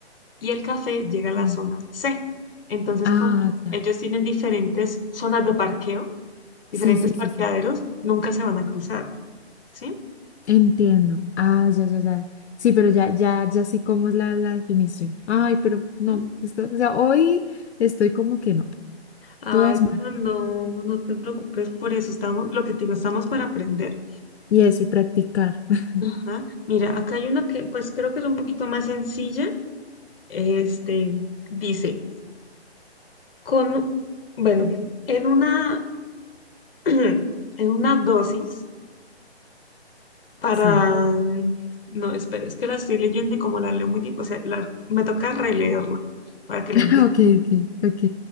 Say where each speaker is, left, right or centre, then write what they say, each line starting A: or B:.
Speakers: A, on the left (about 60°); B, on the left (about 80°).
A: y el café llega a la
B: mm,
A: zona C. Entonces,
B: Ah,
A: como
B: ya.
A: ellos tienen diferentes zonas de parqueo, diferentes
B: Sí, sí,
A: parqueaderos,
B: sí, sí.
A: nunca se van a cruzar, ¿sí?
B: Entiendo. Ah, ya, ya, ya. Sí, pero ya, ya, ya sé cómo es la, la definición. Ay, pero no,
A: ¿Mm?
B: esto- o sea, hoy estoy como que no,
A: Ay,
B: todas mal.
A: pero no, no te preocupes por eso, estamos, lo que te digo, estamos para aprender.
B: Y eso, y practicar. <laughs>
A: Ajá. Mira, acá hay una que pues creo que es un poquito más sencilla. Este dice, con, bueno, en una, <clears throat> en una dosis para,
B: Sí.
A: mm, no, espera, es que la estoy leyendo y como la leo muy, di- o sea, la- me toca releerla para que la
B: <laughs>
A: entiendas.
B: Ok, ok, ok,